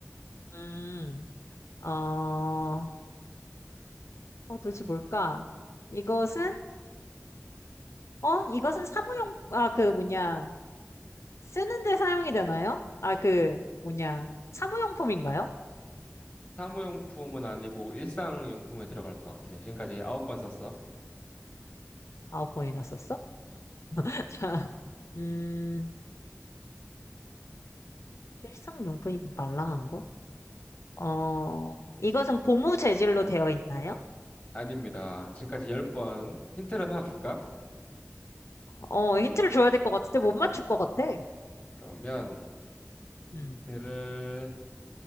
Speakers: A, on the left; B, on the left.
A: 음, 어, 어, 도대체 뭘까? 이것은, 어, 이것은 사무용, 아, 그 뭐냐, 쓰는데 사용이 되나요? 아, 그 뭐냐, 사무용품인가요?
B: 사무용품은 아니고 일상용품에 들어갈 것 같아요. 지금까지 아홉 번 썼어?
A: 아홉 번이나 썼어? <laughs> 음, 일상용품인데 말랑한 거? 어, 이것은 고무 재질로 되어 있나요?
B: 아닙니다. 지금까지 열 번. 힌트를 하나 줄까?
A: 어, 힌트를 줘야 될 것 같은데 못 맞출 것 같아.
B: 그러면 힌트를
A: 음,